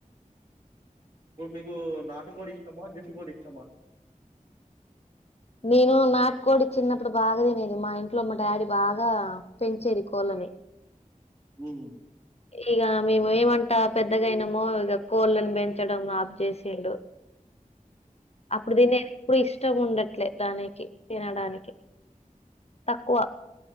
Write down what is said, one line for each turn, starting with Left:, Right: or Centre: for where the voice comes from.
Right: ఇప్పుడు మీకు నాటుకోడి ఇష్ మా జుట్టు కోడి ఇష్టమా
Left: నేను నాటుకోడి చిన్నప్పుడు బాగా తినేది మా ఇంట్లో మా డాడీ బాగా పెంచేది కోళ్ళని
Right: ఉమ్
Left: ఇగ మేము ఏమంటా పెద్దగాయినామో ఇగ కోళ్ళను పెంచడం ఆఫ్ చేసిండు అప్పుడు దినేది ఇప్పుడు ఇష్టం ఉండట్లే దానికి తినడానికి తక్కువ